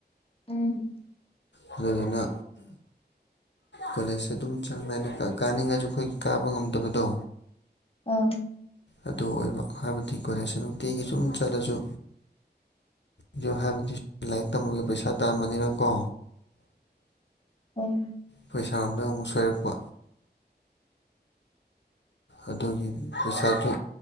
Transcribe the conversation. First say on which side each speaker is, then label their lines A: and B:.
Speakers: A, on the left; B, on the left.
A: ꯎꯝ
B: ꯑꯗꯨꯗꯨꯅ ꯀꯣꯂꯦꯖꯁꯦ ꯑꯗꯨꯝ ꯆꯥꯡ ꯅꯥꯏꯅ ꯀꯥ ꯀꯥꯅꯤꯡꯉꯁꯨ ꯑꯩꯈꯣꯏ ꯀꯥꯕ ꯉꯝꯗꯕꯗꯣ
A: ꯑꯥ
B: ꯑꯗꯨ ꯑꯣꯏꯕ ꯍꯥꯏꯕꯗꯤ ꯀ‌ꯣꯂꯦꯖ ꯅꯨꯡꯇꯤꯒꯤ ꯁꯨꯝ ꯆꯠꯂꯁꯨ ꯗꯤꯑꯣ ꯍꯥꯏꯕꯗꯤ ꯂꯥꯏꯔꯤꯛ ꯇꯝꯕꯒꯤ ꯄꯩꯁꯥ ꯇꯥꯟꯕꯅꯤꯅ ꯀꯣ
A: ꯎꯝ
B: ꯄꯩꯁꯥꯔꯣꯝꯗ ꯑꯃꯨꯛ ꯁꯣꯏꯔꯛꯄ ꯑꯗꯨꯒꯤ ꯄꯩꯁꯥꯁꯨ